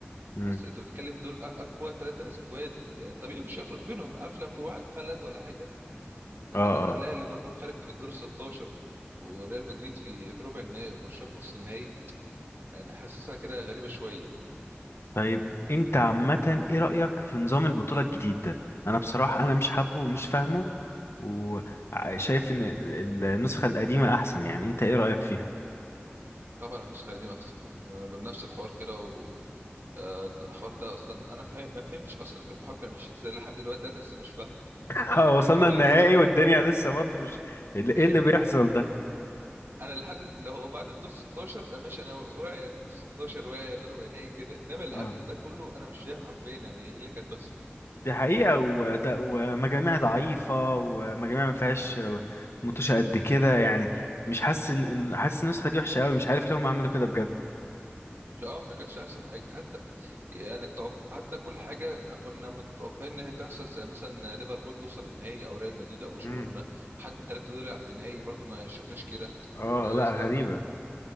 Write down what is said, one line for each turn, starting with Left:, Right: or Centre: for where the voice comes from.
Left: امم
Right: بس أنت بتتكلم دول أ- أقوى تلاتة سكواد يعني طبيعي مش هيخرج بينهم عارف لو في واحد فلت ولا حاجة إنما
Left: اه
Right: إن أنا
Left: اه
Right: ألاقي ليفربول خارج في الدور 16 وريال مدريد في في ربع النهائي وبرشلونة في نص النهائي يعني حاسسها كده غريبة شوية
Left: طيب انت عامة ايه رأيك في نظام البطولة الجديد ده انا بصراحة انا مش حابه ومش فاهمه وشايف ان ال- النسخة القديمة احسن يعني انت ايه رأيك فيها
Right: طبعا النسخة القديمة أحسن يعني بنفس الحوار كده و آه، د- الحوار ده أصلا أنا فهم... ما فهمتش أصلا كان الحوار كان ماشي إزاي لحد دلوقتي أنا لسه مش فاهم
Left: <laughs>
Right: أنت
Left: آه،
Right: فهمته
Left: وصلنا
Right: طيب؟
Left: النهائي والدنيا لسه برضه مش ال-
Right: <laughs>
Left: ايه اللي بيحصل ده
Right: أنا لحد د- لو بعد الدور 16 أنا ماشي أنا واعي يعني الدور 16 واعي يعني ربع نهائي كده إنما اللي
Left: اه
Right: قبله ده كله أنا مش فاهم حرفيا يعني إيه اللي كان بس
Left: دي حقيقة وده ومجاميع ضعيفة ومجاميع ما فيهاش متوشة قد كده يعني مش حاسس ان إن- حاسس النسخة دي وحشة قوي مش عارف ليه هم عملوا كده بجد
Right: اه ما كانش أحسن حاجة حتى يعني التوق... حتى كل حاجة كنا متوقعين إن هي تحصل زي مثلا ليفربول توصل النهائي أو ريال مدريد أو برشلونة
Left: امم
Right: حد من الثلاثة دول يلعب في النهائي برضه ما شفناش كده
Left: اه
Right: آه،
Left: لا
Right: است...
Left: غريبة